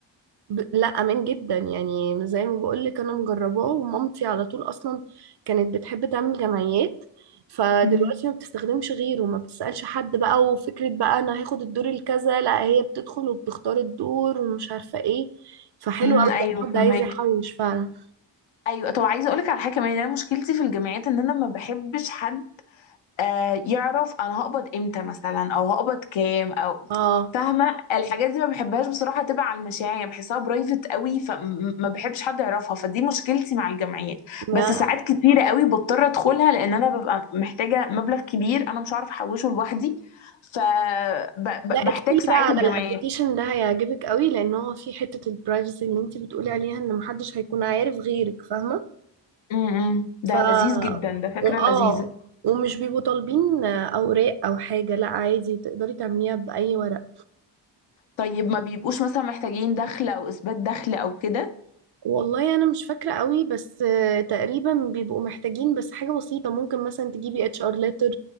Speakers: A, on the right (about 60°); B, on the left (about 85°).
A: ب... لا امان جدا يعني زي ما بقول لك انا مجرباه ومامتي على طول اصلا كانت بتحب تعمل جمعيات فدلوقتي
B: امم
A: ما بتستخدمش غيره ما بتسألش حد بقى وفكرة بقى انا هاخد الدور الكذا لا هي بتدخل وبتختار الدور ومش عارفة ايه فحلو
B: امم
A: قوي
B: ايوه
A: لو
B: فهماكي
A: حد عايز يحوش فعلا
B: ايوه طب عايزه اقولك على حاجه كمان انا مشكلتي في الجامعات ان انا ما بحبش حد آه يعرف انا هقبض امتى مثلا او هقبض كام او
A: اه
B: فاهمه الحاجات دي ما بحبهاش بصراحه تبع على المشاريع بحسها برايفت قوي فما بحبش حد يعرفها فدي مشكلتي مع الجمعيات
A: ما
B: بس ساعات كتيره قوي بضطر ادخلها لان انا ببقى محتاجه مبلغ كبير انا مش عارف احوشه لوحدي فبحتاج
A: لا ادخلي
B: ساعات
A: بقى على
B: الجمعيات
A: الابلكيشن ده هيعجبك قوي لان هو فيه حتة البرايفسي اللي انت بتقولي عليها ان محدش هيكون عارف غيرك فاهمة
B: امم إمم. ده
A: ف
B: لذيذ جدا ده فكره
A: واه
B: لذيذه
A: ومش بيبقوا طالبين اوراق او حاجه لا عادي تقدري تعمليها باي ورق
B: طيب ما بيبقوش مثلا محتاجين دخل او اثبات دخل او كده
A: والله انا مش فاكره قوي بس آه، تقريبا بيبقوا محتاجين بس حاجه بسيطه ممكن مثلا تجيبي اتش ار ليتر